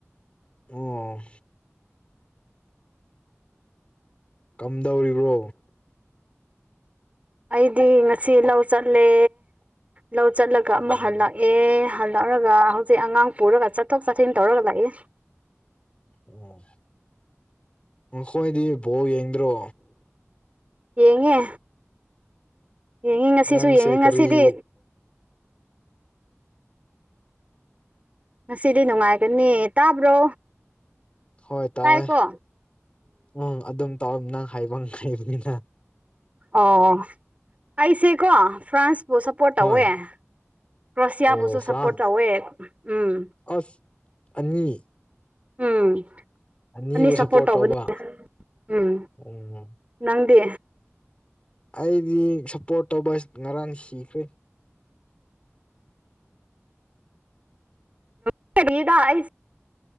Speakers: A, on the left (about 25°); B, on the right (about 30°).
A: ꯑꯣ ꯀꯝꯗꯧꯔꯤꯕ꯭ꯔꯣ
B: ꯑꯩꯗꯤ ꯉꯁꯤ ꯂꯧ ꯆꯠꯂꯦ ꯂꯧ ꯆꯠꯂꯒ ꯑꯃꯨꯛ
A: ꯑꯣ
B: ꯍꯜꯂꯛꯑꯦ ꯍꯜꯂꯛꯑꯒ ꯍꯧꯖꯤꯛ ꯑꯉꯥꯡ ꯄꯨꯔꯒ ꯆꯠꯊꯣꯛ ꯆꯠꯁꯤꯟ ꯇꯧꯔꯒ ꯂꯩꯌꯦ
A: ꯑꯣ ꯅꯈꯣꯏꯗꯤ ꯕꯣꯜ ꯌꯦꯡꯗ꯭ꯔꯣ
B: ꯌꯦꯡꯉꯦ ꯌꯦꯡꯉꯤ ꯉꯁꯤꯁꯨ
A: ꯅꯪꯁꯦ
B: ꯌꯦꯡꯉꯤ ꯉꯁꯤꯗꯤ
A: ꯀꯔꯤꯕꯨ
B: ꯉꯁꯤꯗꯤ ꯅꯨꯡꯉꯥꯏꯒꯅꯤ ꯇꯥꯕ꯭ꯔꯣ
A: ꯍꯣꯏ ꯇꯥꯏ
B: ꯇꯥꯏꯀꯣ
A: ꯎꯝ ꯑꯗꯨꯝ ꯇꯥꯎ ꯅꯪ ꯍꯥꯏꯕ ꯉꯥꯏꯕꯅꯤꯅ
B: ꯑꯣ ꯑꯩꯁꯦꯀꯣ ꯐ꯭ꯔꯥꯟꯁꯄꯨ ꯁꯞꯄꯣꯔꯠ ꯇꯧꯋꯦ
A: ꯍꯣꯏ
B: ꯀ꯭ꯔꯣꯁꯤꯌꯥꯕꯨꯁꯨ
A: ꯑꯣ ꯐ꯭ꯔꯥꯟꯁ
B: ꯁꯞꯄꯣꯔꯠ ꯇꯧꯋꯦ ꯎꯝ
A: ꯑꯁ ꯑꯅꯤ
B: ꯎꯝ
A: ꯑꯅꯤꯕꯨ
B: ꯑꯅꯤ ꯁꯞꯄꯣꯔꯠ ꯇꯧꯕꯅꯦ
A: ꯇꯧꯕ
B: ꯎꯝ
A: ꯎꯝ
B: ꯅꯪꯗꯤ
A: ꯑꯩꯗꯤ ꯁꯞꯄꯣꯔꯠ ꯇꯧꯕ ꯉꯔꯥꯡ ꯁꯤꯈ꯭ꯔꯦ
B: <inaudible>